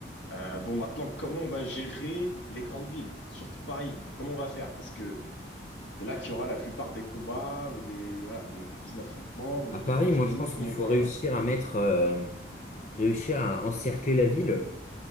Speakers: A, on the left (about 75°); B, on the left (about 40°).
A: Euh, bon, maintenant, comment on va gérer les grandes villes, surtout Paris? Comment on va faire? Parce que c'est là qu'il y aura la plupart des combats ou des, voilà, des, des petits affrontements. Donc,
B: À Paris,
A: euh, moi,
B: moi,
A: je me
B: je
A: demande
B: pense
A: comment
B: qu'il
A: on
B: faut
A: va.
B: réussir à mettre, euh, réussir à encercler la ville.